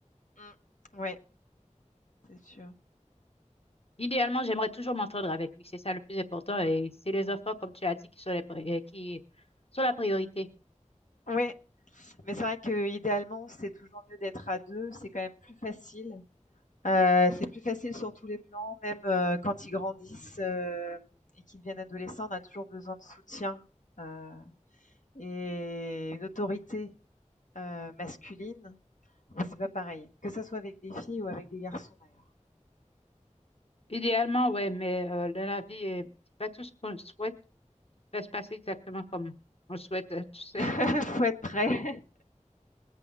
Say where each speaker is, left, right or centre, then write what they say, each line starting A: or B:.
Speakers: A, on the left; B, on the left.
A: Mmh. Ouais, c'est sûr.
B: Idéalement, j'aimerais toujours m'entendre avec lui. C'est ça le plus important. Et c'est les enfants, comme tu as dit, qui sont, les pri- euh, qui sont la priorité.
A: Oui, mais c'est vrai qu'idéalement, c'est toujours mieux d'être à 2, c'est quand même plus facile. Euh, c'est plus facile sur tous les plans, même euh, quand ils grandissent euh, et qu'ils deviennent adolescents, on a toujours besoin de soutien euh, et une autorité euh, masculine. Bon, C'est pas pareil, que ça soit avec des filles ou avec des garçons d'ailleurs.
B: Idéalement, ouais, mais euh, dans la vie, euh, c'est pas tout ce qu'on souhaite va se passer exactement comme on le souhaite, euh, tu sais.
A: <laughs>
B: <laughs>
A: Faut être prêt.